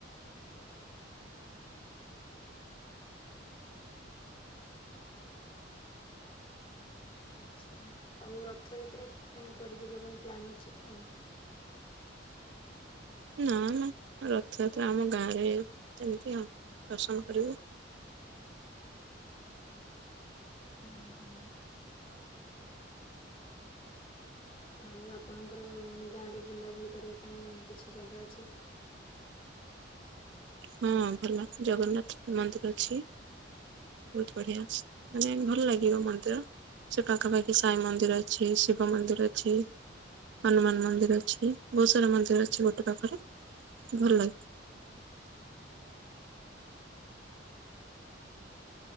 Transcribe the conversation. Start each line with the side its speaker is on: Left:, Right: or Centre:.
Left: ଆଚ୍ଛା। ଆଉ ରଥଯାତ୍ରା କଣ କୁଆଡେ ଯିବା ପାଇଁ ପ୍ଲନ୍ ଅଛି କି ନାଇଁ?
Right: ନା ନା ରଥଯାତ୍ରା ଆମ ଗାଁରେ ଯେମିତି ଆ ଦର୍ଶନ କରିବୁ।
Left: ଉୁଁ ହୁଁ। ଆଉ ଆପଣଙ୍କର ମାନେ ଗାଁରେ ବୁଲାବୁଲି କରିବା ପାଇଁ କିଛି ଜାଗା ଅଛି କି?
Right: ହଁ ଭଲ ଜଗନ୍ନାଥ ମନ୍ଦିର ଅଛି। ବହୁତ ବଢିଆ ମାନେ ଭଲ ଲାଗିବ ମନ୍ଦିର। ସେ ପାଖାପାଖି ସାଇ ମନ୍ଦିର ଅଛି ଶିବ ମନ୍ଦିର ଅଛି। ହନୁମାନ ମନ୍ଦିର ଅଛି ବହୁତ ସାରା ମନ୍ଦିର ଅଛି ଗୋଟେ ପାଖରେ ଭଲ ଲାଗେ